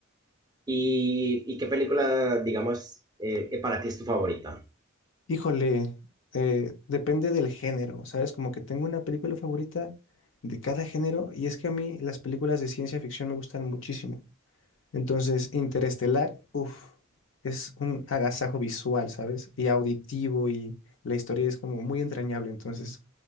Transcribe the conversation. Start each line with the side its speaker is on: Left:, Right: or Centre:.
Right: ¿Y, y qué película, digamos, eh, eh, para ti es tu favorita?
Left: Híjole, eh, depende del género, ¿sabes? Como que tengo una película favorita de cada género y es que a mí las películas de ciencia ficción me gustan muchísimo. Entonces, Interestelar, uff, es un agasajo visual, ¿sabes? Y auditivo y la historia es como muy entrañable. Entonces,